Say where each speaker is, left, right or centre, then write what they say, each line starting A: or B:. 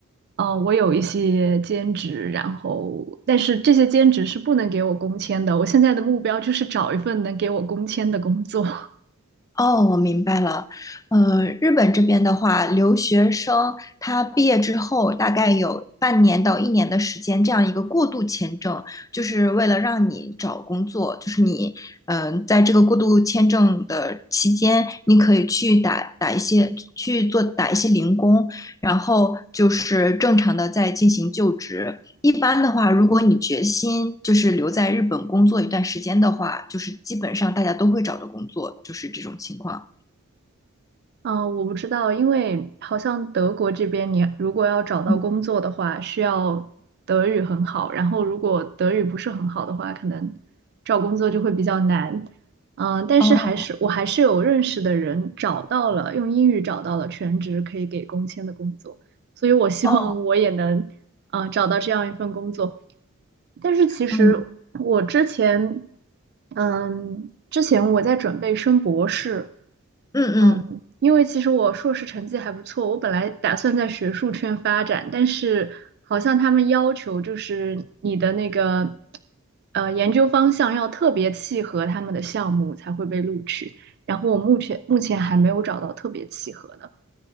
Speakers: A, on the right (about 50°); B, on the left (about 15°).
A: 呃，我有一些兼职，然后，但是这些兼职是不能给我工签的。我现在的目标就是找一份能给我工签的工作。
B: 哦，我明白了。呃，日本这边的话，留学生他毕业之后大概有半年到一年的时间，这样一个过渡签证，就是为了让你找工作，就是你，嗯、在这个过渡签证的期间，你可以去打打一些去做打一些零工，然后就是正常的在进行就职。一般的话，如果你决心就是留在日本工作一段时间的话，就是基本上大家都会找到工作，就是这种情况。
A: 嗯，我不知道，因为好像德国这边，你如果要找到工作的话，
B: 嗯，
A: 需要德语很好，然后如果德语不是很好的话，可能找工作就会比较难。嗯，但是还是我还是有认识的人找到了，
B: 哦
A: 用英语找到了全职可以给工签的工作，所以我希望我也能，
B: 哦，
A: 嗯，找到这样一份工作。但是其实我之前，
B: 嗯
A: 嗯，之前我在准备升博士。
B: 嗯嗯，
A: 嗯。因为其实我硕士成绩还不错，我本来打算在学术圈发展，但是好像他们要求就是你的那个呃研究方向要特别契合他们的项目才会被录取，然后我目前目前还没有找到特别契合的。